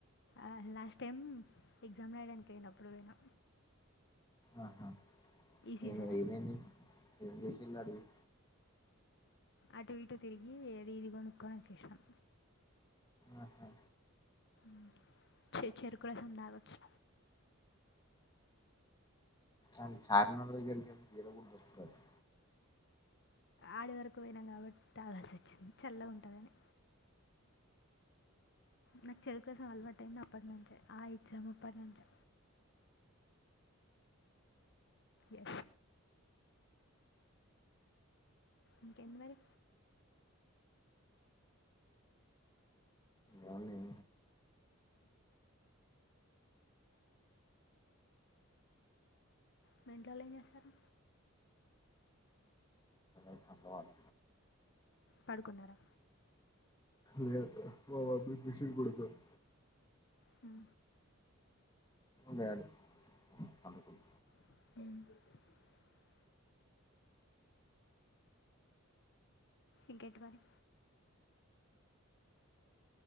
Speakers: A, on the left (about 60°); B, on the left (about 20°).
A: ఆ లాస్ట్ టైమ్ ఎగ్జామ్ రాయడానికి అయినప్పుడు పోనా
B: ఆహా
A: సీజనే
B: ఏ ఏయి ఏం చేస అడిగి
A: అటు ఇటు తిరిగి ఏది అది కొనుక్కొని వచ్చేష్టాం
B: ఆహా
A: మ్ చెరుకు రసం తాగొచ్చు
B: అ చార్ మినార్ దగ్గరకెందుకు ఈడ కూడ దొరుకుతాది
A: ఆడి వరకు పోయినాం కాబట్టి తాగాల్సి వచ్చింది చల్ల ఉంటదని నాకు చెరుకు రసం అలవాటయింది అప్పటి నుంచే ఆ ఎగ్జామ్ అప్పటి నుంచే ఎస్ ఇంక ఏంది మరి
B: ఎ <unintelligible>
A: మీ ఇంట్లో వాళ్ళు ఏం చేస్తరు
B: వాడతనారు
A: పడుకున్నారా
B: లేదు మా మమ్మీ మిషన్ కుడతుంది
A: మ్
B: డాడీ పండుకున్నాడు
A: మ్ ఇంకేటిమరి